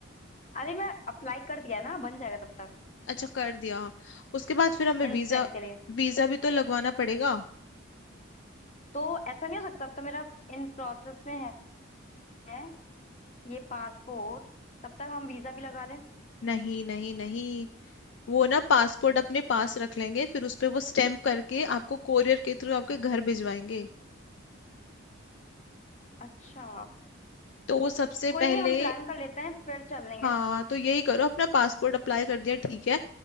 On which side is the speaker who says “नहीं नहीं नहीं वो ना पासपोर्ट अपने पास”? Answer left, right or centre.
Left